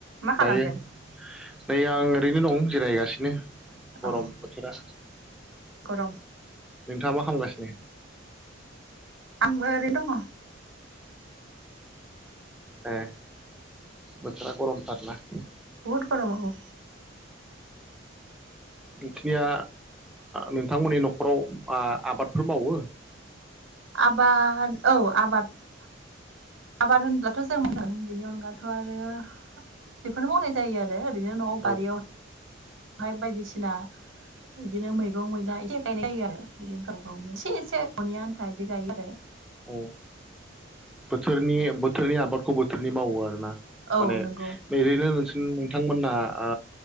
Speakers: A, on the right (about 75°); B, in the centre.
A: मा खालामदों
B: दायो। नै आं ओरैनो दं जिरायगासिनो। गरम
A: औ
B: बोथोरा
A: गरम।
B: नोंथाङा मा खालामगासिनो?
A: आंबो ओरै दङ।
B: ए। बोथोरा गरमथारना?
A: बहुत गरम औ।
B: बेखिनिया नोंथांमोननि न'खराव आबादफोर मावो।
A: आबाद औ आबाद आबाद होनब्लाथ' जों मोनो बेनि अनगाथ' आरो बेखौनो मावनाय जायो आरो ओरैनो न'आव बारियाव
B: औ
A: बेहाय बायदिसिना बिदिनो मैगं मैला एसे गायनाय जायो आरो बिदिनो गाव गावनो एसे से न'नि आन्था बिदि गायो आरो।
B: औ बोथोरनि बोथोरनि आबादखौ बोथोरनि मावो आरोना।
A: औ
B: माने
A: नंगौ
B: ओरैनो नों नोंथांमोनना ओ